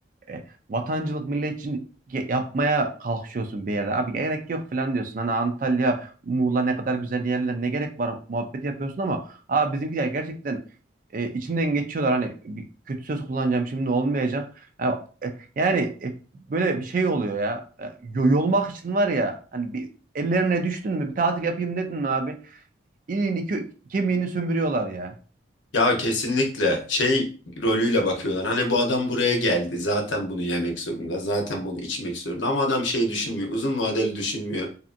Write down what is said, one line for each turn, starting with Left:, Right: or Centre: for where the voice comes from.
Right: e, vatancılık milletçilik yapmaya kalkışıyorsun bir yerde. Abi gerek yok falan diyorsun. Hani Antalya, Muğla ne kadar güzel yerler ne gerek var muhabbeti yapıyorsun ama abi bizimkiler gerçekten e, içimden geçiyorlar. Hani bir kötü söz kullanacağım şimdi olmayacak. Ya, e, Yani, e, böyle bir şey oluyor ya. E, yo- Yolmak için var ya hani bir ellerine düştün mü bir tatil yapayım dedin mi abi? İliğini kö- kemiğini sömürüyorlar ya.
Left: Ya kesinlikle şey rolüyle bakıyorlar. Hani bu adam buraya geldi. Zaten bunu yemek zorunda. Zaten bunu içmek zorunda. Ama adam şey düşünmüyor. Uzun vadeli düşünmüyor.